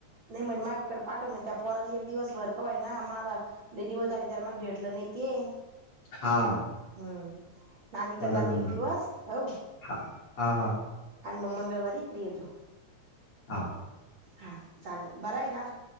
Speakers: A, on the right (about 40°); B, on the left (about 55°).
A: नाही म्हण माया पाठव म्हण त्या पोराला एक दिवस भरकवाय ना मला दिवस झाले तर मला भेटलं नाही ते.
B: हा.
A: हम्म नाणीकडे
B: त्याला
A: जा
B: जमलं
A: ग एक दिवस हो.
B: हा हा हा
A: आणि म मंगळवारी इकडे येतो.
B: हां.
A: हा चालेल बरं आहे ना?